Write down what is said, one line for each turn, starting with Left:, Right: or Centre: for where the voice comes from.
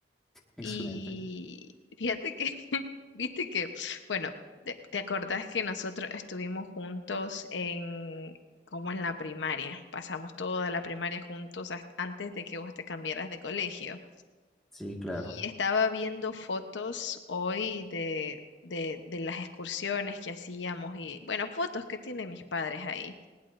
Centre: excelente.
Left: Y fíjate que, <laughs> viste que, bueno, te, te acordás que nosotros estuvimos juntos en, como en la primaria. Pasamos toda la primaria juntos hasta antes de que vos te cambiaras de colegio.
Centre: sí, claro.
Left: Y estaba viendo fotos hoy de, de, de las excursiones que hacíamos y, bueno, fotos que tienen mis padres ahí.